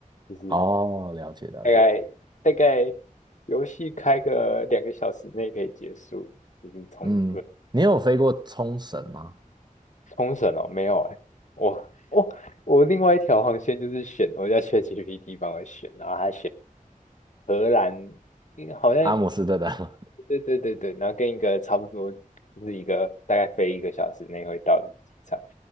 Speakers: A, on the left (about 55°); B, on the right (about 30°).
A: 就是
B: 哦，了解了解。
A: 大概大概游戏开个两个小时内可以结束，就是冲绳
B: 嗯嗯你有飞过冲绳吗？
A: 冲绳哦，没有哎、我我我另外一条航线就是选我叫 <laughs> ChatGPT 帮我选，然后他选荷兰，因为好像。
B: 阿姆斯特丹吗
A: 对对对对，然后跟一个差不多，就是一个大概飞一个小时内会到的机场，